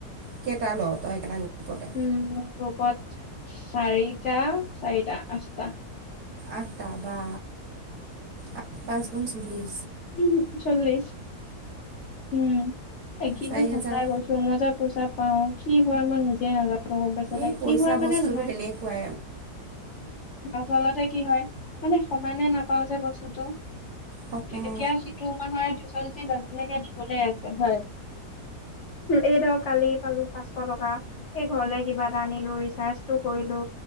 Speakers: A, on the right (about 70°); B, on the left (about 60°).
A: কেইটা ল তই একেটা গ্ৰুপতে
B: উম গ্ৰুপত চাৰিটা চাৰিটা আঠটা
A: আঠটা বা আঠ পাঁচ গুণ চল্লিশ
B: উম চল্লিছ উম এই কিন্তু
A: চাৰি
B: সঁচাই
A: হেজাৰ
B: কৈছো মই যে পইচা পাও কি হয় মই নিজে নাযা- গম পাইছ তাই
A: এই পইচা
B: কি হয় মানে
A: বস্তুটো
B: নহয়।
A: তেনেকুৱাই
B: আচলতে কি হয় মানে সমানে নাপাও যে বস্তুটো
A: অঁ। সেইটোৱে
B: এতিয়া সিটো সিটোৰ মাহৰ টিউচন ফিজ আজিলৈকে দিবলৈকে আছে হয়। এইটাব কালি পালো পাচশ টকা এই ঘৰলে কিবা এটা আনিলো ৰিচাৰ্জটো কৰিলো